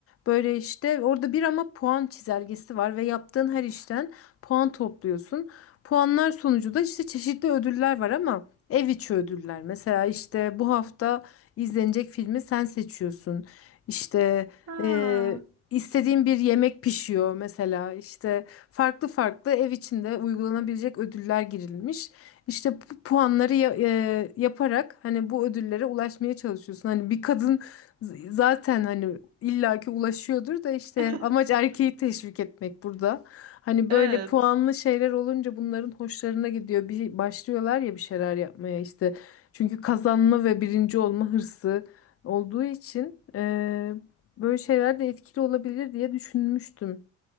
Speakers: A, on the left (about 50°); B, on the right (about 55°).
A: Böyle işte orada bir ama puan çizelgesi var ve yaptığın her işten puan topluyorsun. Puanlar sonucu da işte çeşitli ödüller var ama ev içi ödüller. Mesela işte bu hafta izlenecek filmi sen seçiyorsun. İşte
B: Ha.
A: e, istediğin bir yemek pişiyor mesela. İşte farklı farklı ev içinde uygulanabilecek ödüller girilmiş. İşte bu puanları ya- e, yaparak hani bu ödüllere ulaşmaya çalışıyorsun. Hani bir kadın z- zaten hani illaki ulaşıyordur da işte
B: <laughs>
A: amaç erkeği teşvik etmek burada. Hani böyle
B: Evet.
A: puanlı şeyler olunca bunların hoşlarına gidiyor. Bir başlıyorlar ya bir şeyler yapmaya işte. Çünkü kazanma ve birinci olma hırsı olduğu için e, böyle şeyler de etkili olabilir diye düşünmüştüm.